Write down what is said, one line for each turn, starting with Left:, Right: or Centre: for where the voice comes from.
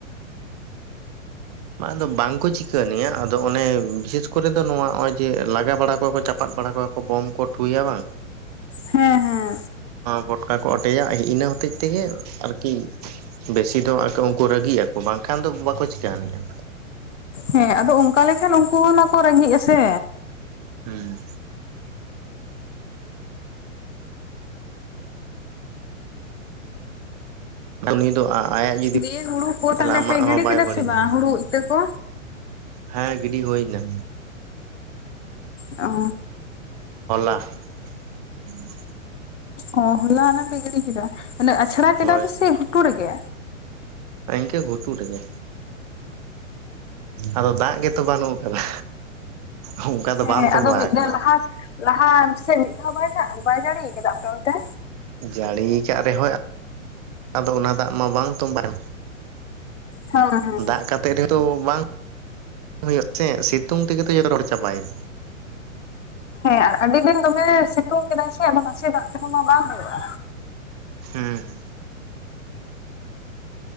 Right: ᱢᱟ ᱟᱫᱚ ᱵᱟᱝᱠᱚ ᱪᱤᱠᱟᱹᱱᱤᱭᱟ ᱟᱫᱚ ᱚᱱᱮ ᱵᱤᱥᱮᱥ ᱠᱚᱨᱮ ᱫᱚ ᱱᱚᱣᱟ ᱱᱚᱜᱼᱚᱭ ᱡᱮ ᱞᱟᱜᱟ ᱵᱟᱲᱟ ᱚᱠᱚᱭ ᱠᱚ ᱪᱟᱯᱟᱫ ᱵᱟᱲᱟ ᱠᱚᱣᱟ ᱠᱚ ᱵᱳᱢ ᱠᱚ ᱴᱷᱩᱭᱟ ᱵᱟᱝ
Left: ᱦᱮᱸ ᱦᱮᱸ
Right: ᱵᱚᱴᱠᱟ ᱠᱚ ᱚᱰᱮᱡᱟ ᱤᱱᱟᱹ ᱦᱚᱛᱮᱡ ᱛᱮᱜᱮ ᱟᱨᱠᱤ ᱵᱮᱥᱤ ᱩᱱᱠᱩ ᱨᱟᱹᱜᱤᱜ ᱟᱠᱚ ᱵᱟᱝᱠᱷᱟᱱ ᱫᱚ ᱵᱟᱠᱚ ᱪᱤᱠᱟᱹ ᱟᱱᱤᱡᱼᱟ
Left: ᱦᱮᱸ ᱟᱫᱚ ᱚᱱᱠᱟ ᱞᱮᱠᱷᱟᱱ ᱩᱱᱠᱩ ᱚᱱᱟᱠᱚ ᱨᱸᱜᱤᱜ ᱟᱥᱮ
Right: ᱦᱩᱸ ᱩᱱᱤ ᱫᱚ ᱟᱭᱟᱜ ᱡᱩᱫᱤ
Left: ᱫᱤᱭᱮ ᱦᱩᱲᱩ ᱠᱚ ᱛᱟᱦᱚᱞᱮ
Right: ᱟᱢᱟᱜ
Left: ᱯᱮ
Right: ᱦᱚᱸ
Left: ᱜᱤᱰᱤ
Right: ᱵᱟᱭ
Left: ᱠᱮᱫᱟ
Right: ᱵᱟᱹᱲᱤᱡᱟ
Left: ᱥᱮ ᱵᱟᱝ ᱦᱩᱲᱩ ᱤᱛᱟᱹ ᱠᱚ
Right: ᱦᱮᱸ ᱜᱤᱰᱤ ᱦᱩᱭ ᱮᱱᱟ
Left: ᱚ
Right: ᱦᱚᱞᱟ <inaudible>
Left: ᱚ ᱦᱚᱞᱟ ᱚᱱᱟ ᱯᱮ ᱜᱤᱰᱤ ᱠᱮᱫᱟ ᱚᱱᱮ ᱟᱪᱷᱲᱟ
Right: ᱦᱳᱭ
Left: ᱠᱮᱫᱟ ᱯᱮᱥᱮ ᱜᱷᱩᱴᱩ ᱨᱮᱜᱮ
Right: ᱤᱱᱠᱟᱹ ᱜᱷᱩᱴᱩ ᱨᱮᱜᱮ ᱟᱫᱚ ᱫᱟᱜᱽ ᱜᱮᱛᱚ ᱵᱟᱹᱱᱩᱜ ᱟᱠᱟᱫᱟ ᱚᱱᱠᱟ ᱫᱚ ᱵᱟᱝ
Left: ᱦᱮᱸ
Right: ᱛᱚᱸᱵᱟ
Left: ᱟᱫᱚ ᱢᱤᱫ
Right: ᱟᱠᱟᱱᱟ
Left: ᱫᱷᱟᱣ ᱞᱟᱦᱟ ᱞᱟᱦᱟ ᱥᱮᱜ ᱢᱤᱫ ᱫᱷᱟᱣ ᱫᱟᱜᱽ ᱵᱟᱭ ᱡᱟᱹᱲᱤ ᱟᱠᱟᱫᱟ ᱟᱯᱮ ᱚᱱᱛᱮ
Right: ᱡᱟᱹᱲᱤ ᱠᱟᱜ ᱨᱮᱦᱚᱸᱭ ᱟᱫᱚ ᱚᱱᱟ ᱫᱟᱜᱽ ᱢᱟ ᱵᱟᱝ ᱛᱳᱵᱟᱭᱮᱱ
Left: ᱦᱮᱸ ᱦᱮᱸ
Right: ᱫᱟᱜᱽ ᱠᱟᱛ ᱚᱱᱛᱮ ᱨᱮᱫᱚ ᱵᱟᱝ <unintelligible> ᱦᱩᱭᱩᱜ ᱛᱮ ᱥᱤᱛᱩᱝ ᱛᱮᱜᱮ ᱛᱚ ᱡᱚᱛᱚ ᱨᱚᱲ ᱪᱟᱵᱟᱭᱟ
Left: ᱦᱮᱸ ᱟᱨ ᱟᱹᱰᱤ ᱫᱤᱱ ᱫᱚᱢᱮ ᱥᱤᱛᱩᱝ ᱠᱮᱫᱟᱭ ᱥᱮ ᱟᱫᱚ ᱱᱟᱥᱮ ᱫᱟᱜᱽ ᱛᱮᱦᱚᱸ ᱢᱟ ᱵᱟᱝ ᱦᱩᱭᱩᱜᱼᱟ᱾
Right: ᱦᱩᱸ ᱦᱩ